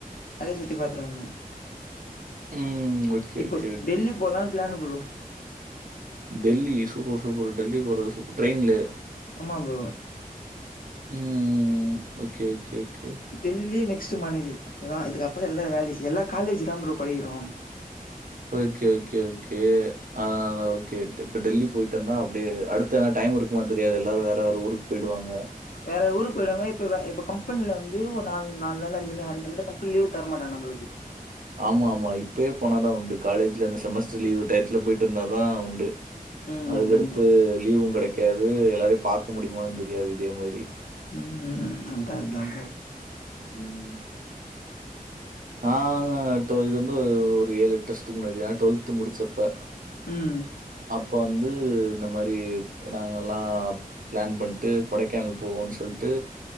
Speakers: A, on the left; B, on the right.
A: அதையு சுத்தி பாத்துட்டு வந்தோ
B: ம். ஓகே,
A: இப்ப
B: ஓகே, ஓகே.
A: டெல்லி போலான் plan bro
B: Delhi super super Delhi போறது சூப்பர் ட்ரெய்ன்லே
A: ஆமா ப்ரோ
B: ம் okay okay okay
A: Delhi next Manali அதா இதுக்கப்றோ எல்லாரு வேலை எல்லா காலேஜ் தா ப்ரோ படிக்கிறோ
B: ஓகே ஓகே ஓகே ஆ ஓகே இப்ப டெல்லி போய்ட்டனா அப்டியே அடுத் து வேணா டைம் இருக்குமா தெரியாதுல எல்லாரு வேற வேற ஊருக்கு போய்டுவாங்க
A: வேற ஊருக்கு போய்டுவாங்க இப்ப வ இப்ப கம் பென்ல வந்து ஒரு நால் நால் நாள் அஞ்சு நாள் யாரு எந்த கம்பெனி லீவ் தரமாட்டாங்க நம்ளுக்கு
B: ஆமா ஆமா இப்பையே போனாதா உண்டு காலேஜ்லருந்து செமஸ்டர் லீவ் டயத்துல போய்ட்டு வந்தா உண்டு
A: ம்
B: அதுக்கடுத்து
A: அதான் ப்ரோ
B: லீவு கெடைக்காது எல்லாரையு பாக்க முடிமான் தெரியாது இதே மாரி
A: ம் ம் அதா அதா ப்ரோ
B: ம் நாங்க ட்வெல் இது வந்து ஒரு ஏழெட் வர்ஷத்துக்கு முன்னாடி நா ட்வெல்த்து முடிச்சப்ப
A: ம்
B: அப்ப வந்து இந்த மாரி நாங்கல்லா ப்ளான் பண்ட்டு கொடைக்கானல் போவோன் சொல்ட்டு